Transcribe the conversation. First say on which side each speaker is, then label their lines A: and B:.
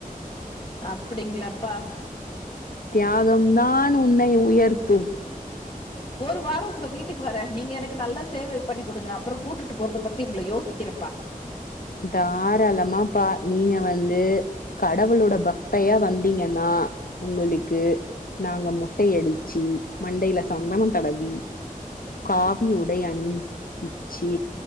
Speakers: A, on the left (about 35°); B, on the left (about 75°).
A: அப்டிங்ளாப்பா
B: தியாகம் தான் உன்னை உயர்த்தும்
A: ஒரு வாரோ உங்க வீட்டுக்கு வரே நீங்க எனக்கு நல்ல சேவை பண்ணி குடுங்க அப்பறோ கூட்டுட்டு போறத பத்தி உங்கள யோசிக்கிறேப்பா
B: தாராளமாப்பா நீங்க வந்து கடவுளுடைய பக்தையா வந்தீங்கன்னா உங்களுக்கு நாங்க மொட்டை அடிச்சி மண்டையில சந்தனம் தடவி காவி உடை அணிப்பிச்சு